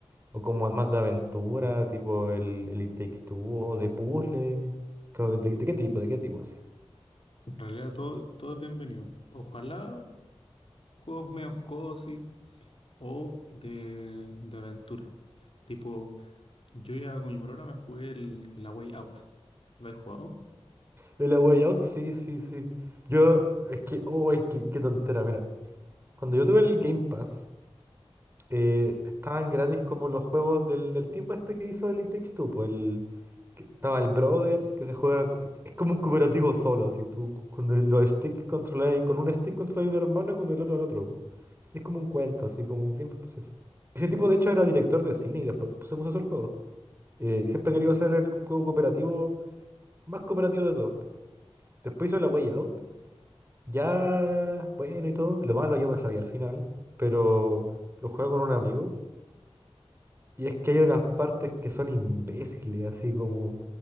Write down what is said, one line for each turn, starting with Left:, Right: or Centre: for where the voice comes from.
Right: o como más de aventura, tipo el, el It Takes Two, o de puzzle. Como de, de- qué tipo? ¿De qué tipo así?
Left: En realidad todo, todo es bienvenido. Ojalá juegos medio cozy o de, de aventura. Tipo, yo ya con mi programa me jugué el, el A Way Out. ¿Lo has jugado?
Right: El A Way Out, sí, sí, sí. Yo, es que, oh, es que, qué tontera, mira. Cuando yo tuve el Game Pass. eh, estaban gratis como los juegos del, del tipo este que hizo el It Takes Two, pues el, que- estaba el Brothers, que se juega, es como un cooperativo solo, así, tú con el- los sticks controláis, con un stick controláis un hermano y con el otro al otro, po. Y es como un cuento, así como bien fantasioso. Ese tipo de hecho era director de cine y después pues, se puso a hacer juegos. Eh, y siempre
Left: Mm.
Right: quería hacer el juego cooperativo, más cooperativo de todo. Después hizo La Way Out, ya, bueno y todo, lo malo yo me sabía al final, pero lo jugué con un amigo. Y es que hay unas partes que son imbéciles, así como,